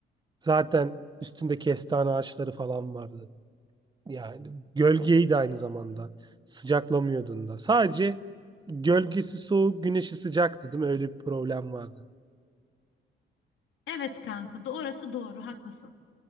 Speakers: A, on the right (about 20°); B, on the left (about 75°).
A: Zaten üstünde kestane ağaçları falan vardı. Yani gölgeyi de aynı zamanda sıcaklamıyordun da. Sadece gölgesi soğuk, güneşi sıcaktı değil mi? Öyle bir problem vardı.
B: Evet kanka, do- orası doğru, haklısın.